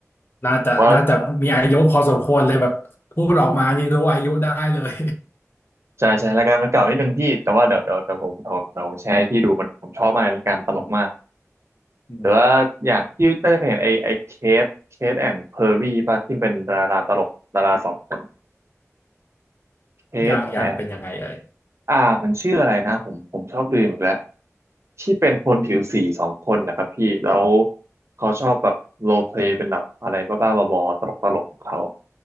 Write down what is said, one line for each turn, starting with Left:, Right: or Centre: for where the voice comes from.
Left: น่าจะน่าจะมีอายุพอสมควรเลยแบบพูดออกมานี่รู้อายุได้เลย
Right: เพราะวจะใช้รายการมันเก่านิดนึงพี่แต่ว่าเดี๋ยวเดี๋ยวเดี๋ยวผมเดี๋ยวเดี๋ยวผมแชร์ให้พี่ดูมันผมชอบมากรายการตลกมาก
Left: อืมอืม
Right: แต่ว่าอย่างที่น่าจะเคยเห็นไอไอเคทเคทแอนด์เพอร์ี่ป่ะที่เป็นดาราตลกดาราสองคนเคทแอน
Left: อย่างอย่างเป็นยังไงเอ่ย
Right: อ่ามันชื่ออะไรนะผมผมชอบดูอีกแล้วที่เป็นคนผิวสีสองคนนะครับพี่แล้วเขาชอบแบบโรลเพลย์เป็นแบบอะไรบ้าๆบอๆตลกตลกของเขา